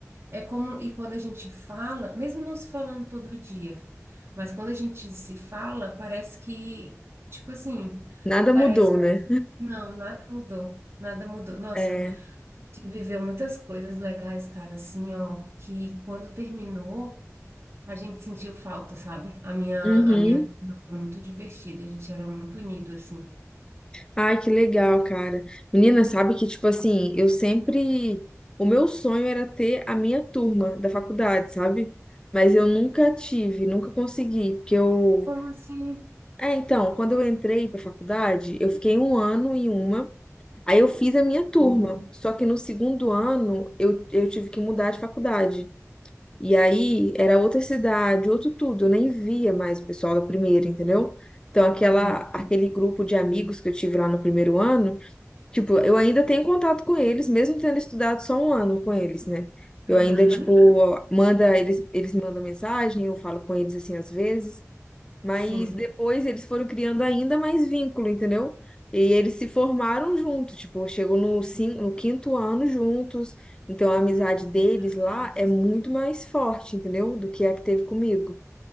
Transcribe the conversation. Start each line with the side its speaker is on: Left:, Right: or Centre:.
Right: É como, e quando a gente fala, mesmo não se falando todo dia, mas quando a gente se fala, parece que, tipo assim,
Left: Nada
Right: parece,
Left: mudou, né?
Right: não, nada mudou, nada mudou. Nossa,
Left: É.
Right: a gente viveu muitas coisas legais, cara, assim, ó, que quando terminou. A gente sentiu falta, sabe? A minha,
Left: Uhum.
Right: a minha turma foi muito divertida, a gente era muito unido, assim.
Left: Ai, que legal, cara. Menina, sabe que, tipo assim, eu sempre. O meu sonho era ter a minha turma da faculdade, sabe? Mas eu nunca tive, nunca consegui, porque eu.
Right: Como assim?
Left: É, então, quando eu entrei pra faculdade, eu fiquei um ano em uma, aí eu fiz a minha turma.
Right: Uhum,
Left: Só que no segundo ano, eu, eu tive que mudar de faculdade. E aí era outra cidade, outro tudo, eu nem via mais o pessoal da primeira, entendeu? Então aquela,
Right: uhum,
Left: aquele grupo de amigos que eu tive lá no primeiro ano, tipo, eu ainda tenho contato com eles, mesmo tendo estudado só um ano com eles, né? Eu
Right: uhum.
Left: ainda, tipo, manda, eles, eles me mandam mensagem, eu falo com eles assim às vezes. Mas
Right: Sim.
Left: depois eles foram criando ainda mais vínculo, entendeu? E eles se formaram juntos, tipo, chegou no, cin- no quinto ano juntos. Então a amizade deles
Right: Ah,
Left: lá é
Right: sim.
Left: muito mais forte, entendeu? Do que a que teve comigo.